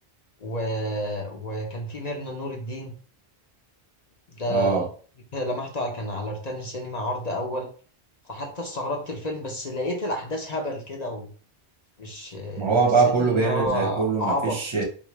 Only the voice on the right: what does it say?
اه
ما هو
بقى كله
بيعمل
زي كله ما
فيش